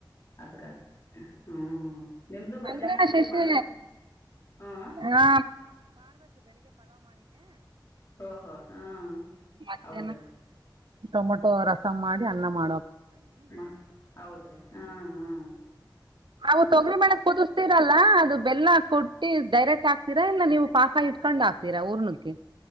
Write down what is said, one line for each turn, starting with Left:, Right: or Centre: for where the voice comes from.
Left: ಅದ್ಗ ಹ್ಮ ನಿಮ್ದು ಮಧ್ಯಾಹ್ನ
Right: ಅಂದ್ರೆ
Left: ಅಡಿಗೆ
Right: ಶಶಿ
Left: ಮಾಡ್ಬೇಕು ಹಾಂ
Right: ಹಾ
Left: ಓಹೋ ಹಾಂ
Right: ಮತ್ತ
Left: ಹೌದ್ರಿ
Right: ಟೊಮಟ <inaudible> ರಸ ಮಾಡಿ ಅನ್ನ ಮಾಡ
Left: ಹ ಹೌದ್ರಿ ಹಾ ಹ್ಮ
Right: ಅವು ತೊಗರಿ ಮಾಡಕ್ ಹತ ಇದೀರಲ್ಲ, ಆ ತೊಗರಿಗೆ ಬೆಲ್ಲವನ್ನು ಡೈರೆಕ್ಟ್ ಹಾಕ್ತೀರಾ? ಇಲ್ಲ ಪಾಕ ಮಾಡಿಕೊಂಡು ಹಾಕ್ತೀರಾ ಊರ್ನಕ್ಕೆ